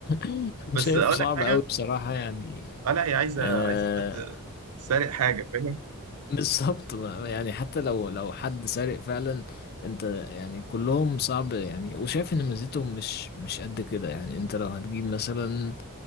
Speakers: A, on the left; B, on the right.
A: <laughs>
B: بس
A: شايفه
B: اقول
A: صعب
B: لك حاجة
A: قوي بصراحة يعني
B: اه لا هي عايزة
A: آه،
B: عايزة حد سارق حاجة فاهم
A: بالظبط ما- يعني حتى لو لو حد سارق فعلا انت يعني كلهم صعب يعني وشايف ان ميزتهم مش مش قد كده يعني انت لو هتجيب مثلا